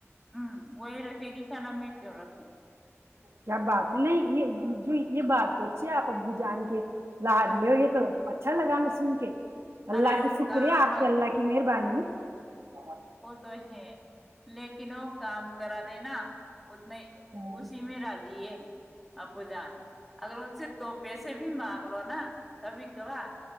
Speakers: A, in the centre; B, on the right.
A: ہوں وہ ر <inaudible> کھے گی کھانا میں کیوں رکھوں <inaudible>
B: کیا بات ہے نہیں یہ جو یہ بات تو اچھی ہے آپ ابو جان کے لار لو یہ تو اچھا لگا ہمیں سن کے اللہ
A: ارے وہ
B: کے شکری
A: کام
B: آپ کے اللہ کی مہربانی ج <inaudible>
A: وہ تو ہے لیکن کہنو <inaudible> کام کرا د نا اتنے
B: ہمم
A: اسی میں راضی ہے ابو جان اگر ان سے دو پیس سے بھی با <unintelligible> بو نا کبھی کبار